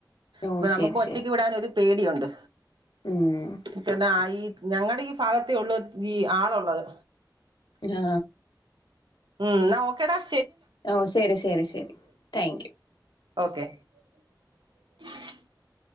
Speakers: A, on the left; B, on the right.
A: ഓ
B: അപ്പോ
A: ശരി
B: നമുക്ക്
A: ശരി
B: ഒറ്റക്ക് വിടാൻ ഒരു പേടിയുണ്ട്.
A: ഉം
B: ക്കെന്ന ആയി. ഞങ്ങടെ ഈ ഫാഗത്തേ ഉള്ളൂ ഈ ആളു ള്ളത്.
A: നാ
B: ഉം ന്നാ ഓക്കേ ടാ-
A: ഓ ശെരി ശരി ശരി താങ്ക് യു
B: ഓക്കെ- <inaudible>